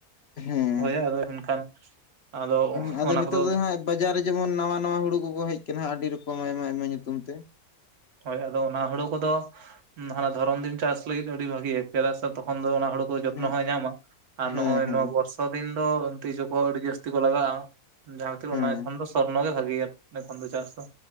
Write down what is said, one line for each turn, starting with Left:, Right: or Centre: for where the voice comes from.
Left: ᱦᱮᱸ
Right: ᱦᱳᱭ ᱟᱫᱚ ᱮᱱᱠᱷᱟᱱ ᱟᱫᱚ
Left: ᱦᱮᱸ ᱟᱫᱚ
Right: ᱚᱱᱟ
Left: ᱱᱤᱛᱚᱜ
Right: ᱠᱚᱫᱚ
Left: ᱫᱚ ᱦᱟᱸᱜ ᱵᱟᱡᱟᱨ ᱨᱮ ᱡᱮᱢᱚᱱ ᱱᱟᱣᱟ ᱱᱟᱣᱟ ᱦᱩᱲᱩ ᱠᱚᱠᱚ ᱦᱮᱡ ᱟᱠᱟᱱᱟ ᱟᱹᱰᱤ ᱨᱚᱠᱚᱢ ᱟᱭᱢᱟ ᱟᱭᱢᱟ ᱧᱩᱛᱩᱢ ᱛᱮ
Right: ᱦᱳᱭ ᱟᱫᱚ ᱚᱱᱟ ᱦᱩᱲᱩ ᱠᱚᱫᱚ ᱦᱟᱱᱟ ᱫᱷᱚᱨᱚᱱ ᱫᱤᱱ ᱪᱟᱥ ᱞᱟᱹᱜᱤᱫ ᱟᱹᱰᱤ ᱵᱷᱟᱜᱮ ᱪᱮᱫᱟᱜ ᱥᱮ ᱛᱚᱠᱷᱚᱱ ᱫᱚ ᱚᱱᱟ ᱦᱩᱲᱩ ᱠᱚ ᱡᱚᱛᱱᱚ
Left: ᱦᱮᱸ
Right: ᱦᱚᱸᱭ ᱧᱟᱢᱟ ᱟᱨ
Left: ᱦᱮᱸ
Right: ᱱᱚᱜᱼᱚᱭ
Left: ᱦᱮᱸ
Right: ᱱᱚᱣᱟ ᱵᱚᱨᱥᱟ ᱫᱤᱱ ᱫᱚ ᱛᱤᱡᱩ ᱠᱚ ᱟᱹᱰᱤ ᱡᱟᱹᱥᱛᱤ ᱠᱚ ᱞᱟᱜᱟᱜᱼᱟ᱾ ᱡᱟᱦᱟᱸᱛᱤᱨ
Left: ᱦᱮᱸ
Right: ᱚᱱᱟ ᱮᱠᱷᱚᱱ ᱫᱚ ᱥᱚᱨᱱᱚ ᱜᱮ ᱵᱷᱟᱜᱮᱭᱟ ᱮᱠᱷᱚᱱ ᱫᱚ ᱪᱟᱥ ᱫᱚ